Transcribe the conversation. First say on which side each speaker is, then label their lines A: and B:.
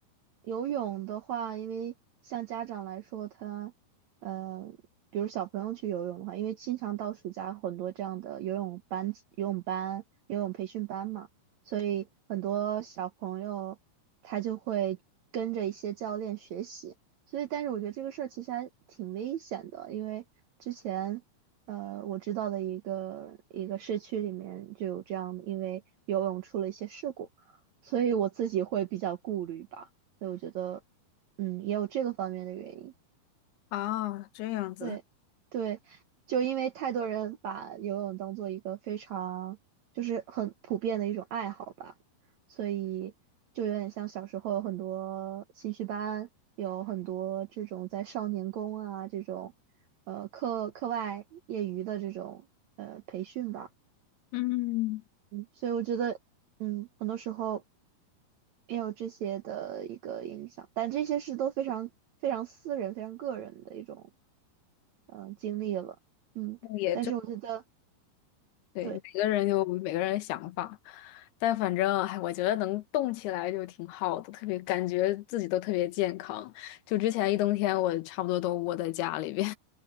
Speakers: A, on the right; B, on the left.
A: 游泳的话，因为像家长来说，他呃，比如小朋友去游泳的话，因为经常到暑假很多这样的游泳班、游泳班、游泳培训班嘛，所以很多小朋友他就会跟着一些教练学习。所以，但是我觉得这个事儿其实还挺危险的，因为之前。呃，我知道的一个一个社区里面就有这样，因为游泳出了一些事故。所以我自己会比较顾虑吧，所以我觉得，嗯，也有这个方面的原因。
B: 啊，这样子，
A: 对，对，就因为太多人把游泳当做一个非常就是很普遍的一种爱好吧，所以就有点像小时候有很多兴趣班，有很多这种在少年宫啊这种，呃，课课外业余的这种呃培训吧。
B: 嗯，
A: 所以我觉得，嗯，很多时候也有这些的一个影响，但这些是都非常非常私人、非常个人的一种嗯、呃经历了，嗯，
B: 也正
A: 但是我觉得
B: 对，
A: 对，
B: 每个人有每个人的想法，但反正，哎，我觉得能动起来就挺好的，特别感觉自己都特别健康。就之前一冬天，我差不多都窝在家里边，